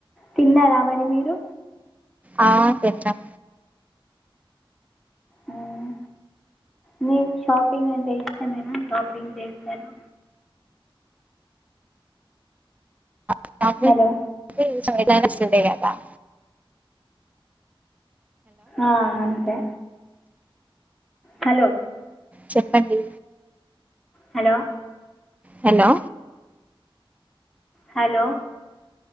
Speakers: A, in the centre; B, on the right.
A: తిన్నారా మరి మీరు
B: ఆ తిన్నాం
A: మ్మ్. మీకు షాపింగ్ అంటే ష్టమేనా షాపింగ్ చేస్తారా
B: <unintelligible>
A: హలో
B: లా
A: ఆ అంతే హలో
B: చెప్పండి
A: హలో
B: హలో
A: హలో